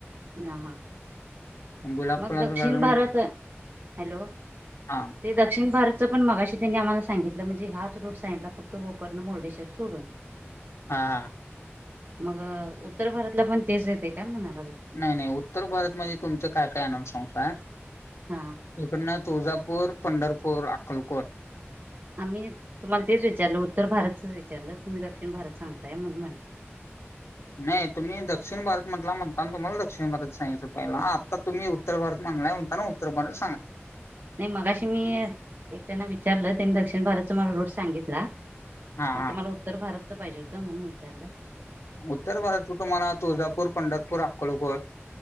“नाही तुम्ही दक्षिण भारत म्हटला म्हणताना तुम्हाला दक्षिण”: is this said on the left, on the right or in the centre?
Left